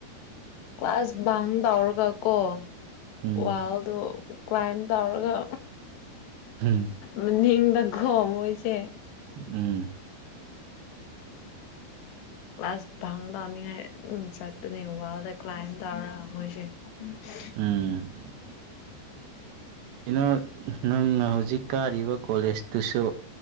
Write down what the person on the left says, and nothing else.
ꯀ꯭ꯂꯥꯁ ꯕꯪ ꯇꯧꯔꯒ ꯀꯣ
ꯋꯥꯜꯗꯣ ꯀ꯭ꯂꯥꯏꯝ ꯇꯧꯔꯒ
ꯃꯅꯤꯡꯗ ꯈꯣꯡꯕꯁꯦ꯫
ꯀ꯭ꯂꯥꯁ ꯐꯪ ꯇꯧꯅꯤꯉꯥꯏ ꯑꯗꯨꯝ ꯆꯠꯄꯅꯦ ꯋꯥꯗ ꯀ꯭ꯂꯥꯏꯝ ꯇꯧꯔ ꯃꯣꯏꯁꯦ꯫ <unintelligible>